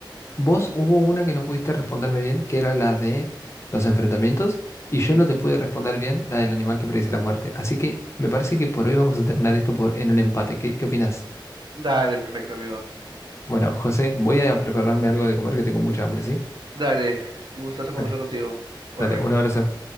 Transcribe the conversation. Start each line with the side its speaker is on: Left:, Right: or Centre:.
Left: vos hubo una que no pudiste responderme bien, que era la de los enfrentamientos, y
Right: Sí.
Left: yo no te pude responder bien la del animal que predice la muerte. Así que me parece que por hoy vamos a terminar esto por, en un empate. ¿Qué, qué opinás?
Right: Dale, perfecto, amigo.
Left: Bueno, José, voy a prepararme algo de comer que tengo mucha hambre, ¿sí?
Right: Dale, un gustazo conversar
Left: Dale,
Right: contigo. Bye
Left: dale,
Right: bye.
Left: un abrazo.